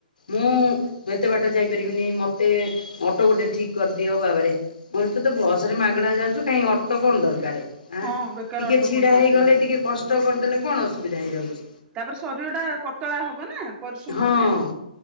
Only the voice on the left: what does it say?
ମୁଁ ମୁଁ ଏତେ ବାଟ ଯାଇପାରିବିନେଇ ମତେ ଅଟୋ ଗୋଟେ ଠିକ୍ କରିଦିଅ ବାବାରେ। ମୁଁ କହିଲି ତୁ ତ ବସରେ ମାଗଣା ଯାଉଚୁ କାଇଁ ଅଟୋ କଣ ଦରକାରେ ଆଁ
ଟିକେ
ଛିଡ଼ା
ହେଇଗଲେ
ଟିକେ କଷ୍ଟ କରିଦେଲେ କଣ ଅସୁବିଧା ହେଇଯାଉଚି?
ହଁ